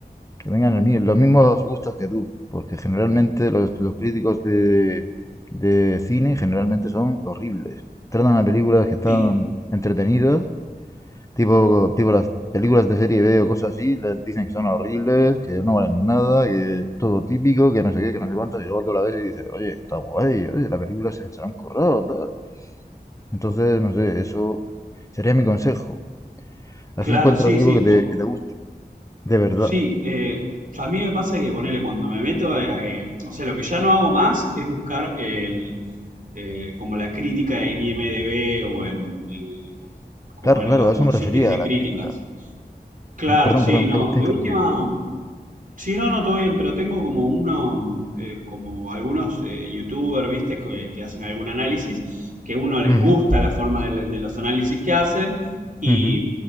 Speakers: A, on the left (about 20°); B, on the right (about 55°).
A: que tengan el mi- los mismos gustos que tú, porque generalmente los, los críticos de, de cine generalmente son horribles. Tratan a películas que están
B: Sí,
A: entretenidas Tipo, tipo las películas de serie B o cosas así, les dicen que son horribles, que no valen nada, que todo típico, que no sé qué, que no sé cuántos, y luego tú la ves y dices, oye, está guay, oye, la película se, se la han currado, tal. Entonces, no sé, eso sería mi consejo. Así
B: claro,
A: encuentras
B: sí,
A: algo
B: sí.
A: que te,
B: vo-
A: que te guste, de verdad.
B: sí, eh, a mí me pasa que ponele cuando me meto, eh, eh, o sea, lo que ya no hago más es buscar el, eh, como la crítica en IMDb o en, en, eh, como
A: Claro,
B: en
A: claro,
B: las-
A: a eso
B: los
A: me
B: sitios
A: refería,
B: de
A: a
B: críticas.
A: la crítica.
B: Claro,
A: Perdón,
B: sí,
A: perdón,
B: no.
A: te, te
B: De
A: he interrumpido.
B: última, Sí, no, no, todo bien, pero tengo como uno, eh, como algunos eh, youtubers, viste, que, que hacen algún análisis, que a uno les
A: Ujú,
B: gusta la forma de, de los análisis que hacen y,
A: ujú.